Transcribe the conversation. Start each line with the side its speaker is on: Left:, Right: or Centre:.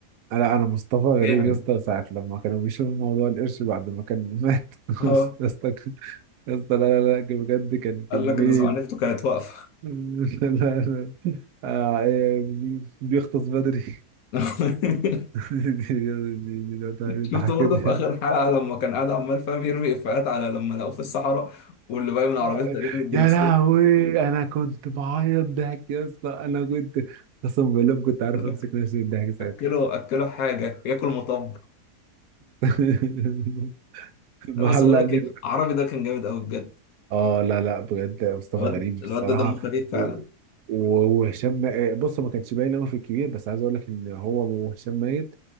Right: لا أنا مصطفى غريب
Left: جامد
Right: يا اسطى ساعة لما كانوا بيشوفوا موضوع القرش بعد ما كان مات <laughs>
Left: اه
Right: يا اسطى يا اسطى لا لا لا بجد كان
Left: قال
Right: كمية
Left: لك ده زعنفته كانت واقفة
Right: <laughs> لا لا آه، إيه، بيغطس بدري <laughs>
Left: <laughs>
Right: دي- دي- دي- دي- دي- دي-
Left: شفته
Right: انت حكيتني
Left: برضه في آخر حلقة لما كان قاعد عمال فاهم يرمي إفيهات على لما لقوه في الصحراء واللي باين من عربيته
Right: آه،
Left: تقريبا الدركسيون
Right: يا لهوي انا كنت بعيط ضحك يا اسطى انا كنت قسما بالله ما كنت عارف
Left: يقول
Right: امسك
Left: لك
Right: نفسي من الضحك ساعتها
Left: أكله أكله حاجة ياكل مطب
Right: <laughs> معلقني
Left: أنا بس بقول لك إيه العربي ده كان جامد قوي بجد
Right: اه لا لا بجد مصطفى
Left: الواد
Right: غريب
Left: الواد
Right: بصراحه
Left: ده دمه خفيف فعلا
Right: و- و- وهشام آه، بص ما كانش باين قوي في الكبير بس عايز اقول لك ان هو وهشام ميت